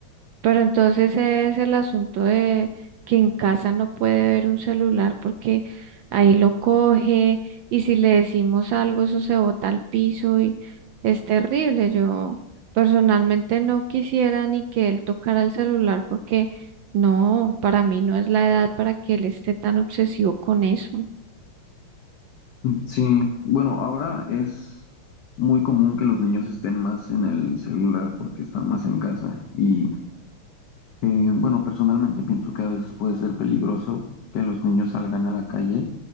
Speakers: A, on the right; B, on the left.
A: Pero entonces es el asunto de que en casa no puede ver un celular porque ahí lo coge y si le decimos algo eso se bota al piso y es terrible. Yo personalmente no quisiera ni que él tocara el celular porque no, para mí no es la edad para que él esté tan obsesivo con eso.
B: Mm, Sí, bueno, ahora es muy común que los niños estén más en el celular porque están más en casa. Y eh, bueno, personalmente pienso que a veces puede ser peligroso que los niños salgan a la calle.